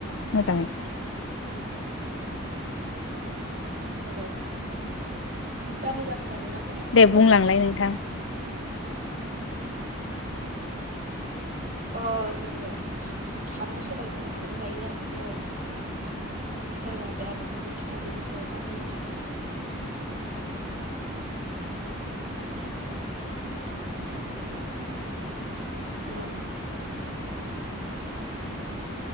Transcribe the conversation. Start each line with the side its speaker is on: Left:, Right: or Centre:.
Left: मोजाङै।
Right: हेलौ दा मोजां खोनादोंना खोनायाखै
Left: दे
Right: हेलौ।
Left: बुंलांलाय नोंथां
Right: अ जोङो साम' सबायखौ माजों जायो आंखो फोरमायबाय आरो नोंथाङा बिनि सायाव मा बुंनो सानो। हेलौ।